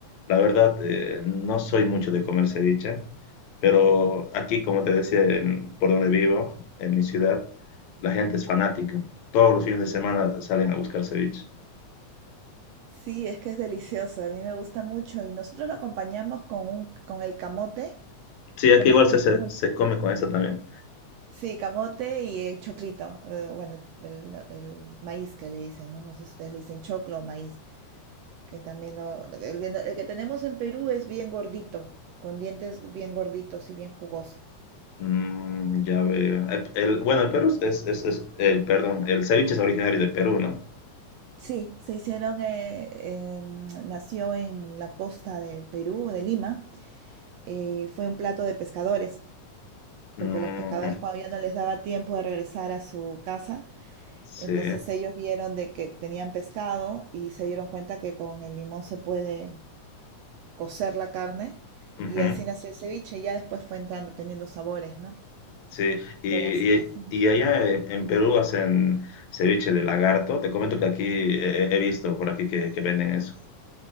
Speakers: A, on the left; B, on the right.
A: la verdad, eh, no soy mucho de comer ceviche, pero aquí, como te decía, en- por donde vivo, en mi ciudad, la gente es fanática. Todos los fines de semana salen a buscar ceviche.
B: Sí, es que es delicioso, a mí me gusta mucho y nosotros lo acompañamos con un, con el camote,
A: Sí, aquí
B: ¿cómo
A: igual
B: es que
A: se,
B: es?
A: se,
B: Como-
A: se come con eso también.
B: Sí, camote y el choclito, eh, bueno, el, el- maíz que le dicen, ¿no? No sé si ustedes le dicen choclo o maíz, que también lo, el, que el que tenemos en Perú es bien gordito, con dientes bien gorditos y bien jugoso.
A: Mm, ya veo. El- el- bueno, el Perú es, es, es- es- el, perdón, el ceviche es originario de Perú, ¿no?
B: Sí, se hicieron, eh, em, nació en la costa de Perú, de Lima. eh, fue un plato de pescadores,
A: Ujú,
B: porque los pescadores cuando ya no les daba tiempo de regresar a su casa,
A: sí,
B: entonces ellos vieron de que tenían pescado y se dieron cuenta que con el limón se puede cocer la carne
A: ujú,
B: y así nació el ceviche. Ya después fue entrando- teniendo sabores, ¿no?
A: sí. Y,
B: Pero así,
A: y-
B: así.
A: y allá en en Perú hacen ceviche de lagarto. Te comento que aquí eh, he visto por aquí que, que venden eso.